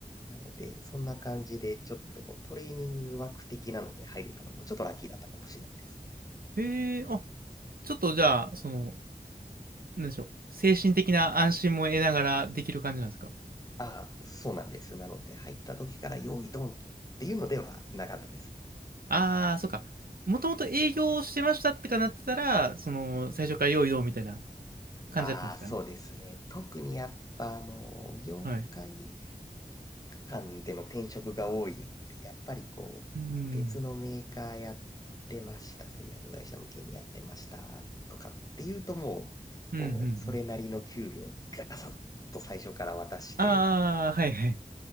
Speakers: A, on the left; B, on the right.
A: なので、そんな感じで、ちょっとこう、トレーニング枠的なので入れたのも、ちょっとラッキーだったかもしれないです。
B: へえ、あ、ちょっとじゃあ、その、なんでしょう。精神的な安心も得ながらできる感じなんですか
A: ああ、そうなんです。なので、入った時から用意ドンっていうのではなかったです。
B: ああー、そっか。もともと営業してましたってかなってたら、その、最初から用意どうみたいな感じだったんですかね。
A: ああ、そうですね。特にやっぱ、あの、業界
B: はい。
A: 間での転職が多いんで、やっぱりこう、
B: うん。
A: 別のメーカーやってました、製薬会社向けにやってましたとかっていうともう、
B: うん、
A: こう、
B: うん、うん。
A: それなりの給料ガサッと最初から渡して、
B: ああ、はいはい。